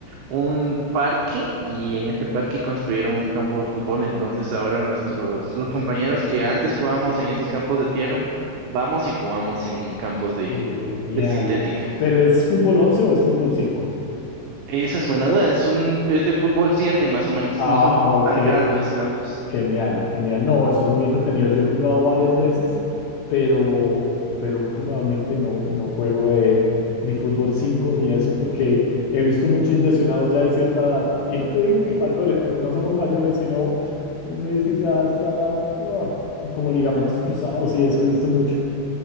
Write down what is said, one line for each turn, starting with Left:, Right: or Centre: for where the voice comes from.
Right: un parque y en este parque construyeron un campo de fútbol. Entonces ahora nuestros, los compañeros que antes jugábamos en esos campos de tierra, vamos y jugamos en campos de,
Left: Genial.
Right: de sintética.
Left: ¿Pero es fútbol 11 o es fútbol 5?
Right: Esa es buena duda. Es un, es de fútbol 7 más o menos.
Left: Ah,
Right: No son
Left: ok.
Right: tan grandes los campos.
Left: Genial, genial. No, eso es muy entretenido. Yo he jugado varias veces, pero, pero últimamente no, no juego de, ni fútbol 5 ni eso porque he visto muchos lesionados ya de cierta edad. Y no te digo que mayores, porque no somos mayores, sino uno dice ya a esta edad, ah, como ligamentos cruzados y eso he visto mucho.